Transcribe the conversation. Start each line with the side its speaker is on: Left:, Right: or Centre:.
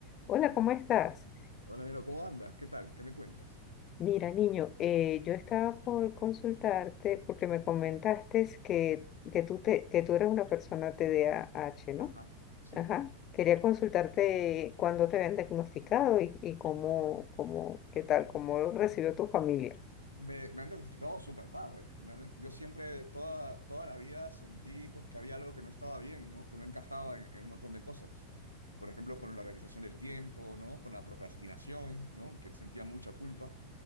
Left: Hola, ¿cómo estás?
Right: Hola, Nero, ¿cómo andas? ¿Qué tal? ¿Qué me cuentas?
Left: Mira, niño, eh, yo estaba por consultarte porque me comentaste
Right: Sí,
Left: que, que, tú te, que tú eres una persona TDAH, ¿no?
Right: ajá, sí.
Left: Ajá. Quería consultarte cuándo te habían diagnosticado y, y cómo, cómo, qué tal, cómo lo recibió tu familia.
Right: Me, me han diagnosticado súper tarde. Me han- yo siempre, toda, toda la vida sentí pues, que había algo que no estaba bien, ¿no? Que no encajaba en, en un montón de cosas. Por ejemplo, con la organización del tiempo, ¿no? Con la procrastinación, ¿no? Que sentía mucha culpa.